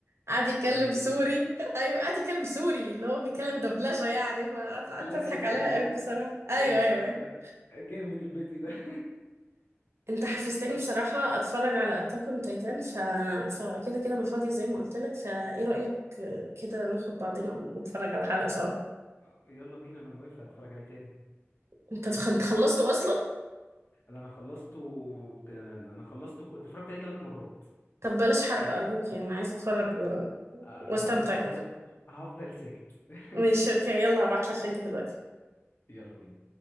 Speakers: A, on the right; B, on the left.
A: قعد يتكلم
B: آه، ليه
A: سوري
B: بقى
A: <laughs> ايوه قعد يتكلم سوري اللي هو بيتكلم دبلجه يعني فقعدت
B: لا
A: اضحك
B: ايه ده
A: عليها
B: اللي هو
A: قوي
B: ده
A: بصراحه ايوه
B: ده
A: ايوه ايوه
B: ده جامد الفيديو ده <laughs>
A: انت حفزتني بصراحه اتفرج على اتاك اون تايتان ف فكده كده انا فاضيه زي ما قلت لك فايه رايك آه، كده ناخد بعضنا ونتفرج على حلقه سوا
B: آه، يلا بينا انا موافق اتفرج عليه تاني
A: انت خ- انت خلصته اصلا
B: ده انا خلصته كان- انا خلصته كل- اتفرجت عليه ثلاث مرات
A: طب بلاش حرق أرجوك يعني أنا عايزة أتفرج
B: آه،
A: و...
B: آه،
A: واستمتع كده
B: هفضل هفضل ساكت <laughs>
A: ماشي أوكي يلا هبعتلك لينك دلوقتي
B: يلا بينا